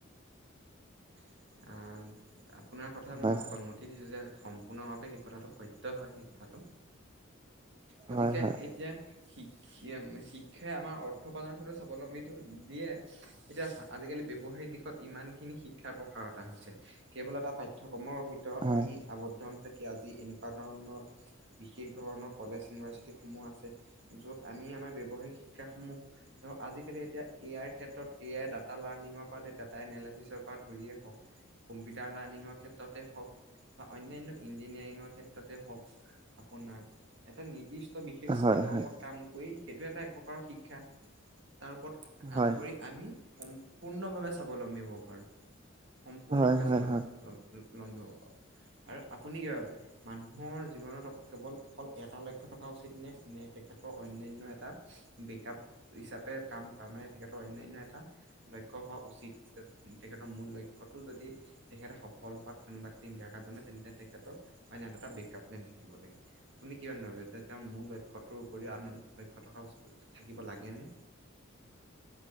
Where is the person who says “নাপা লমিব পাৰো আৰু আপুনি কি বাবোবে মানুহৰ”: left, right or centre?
Right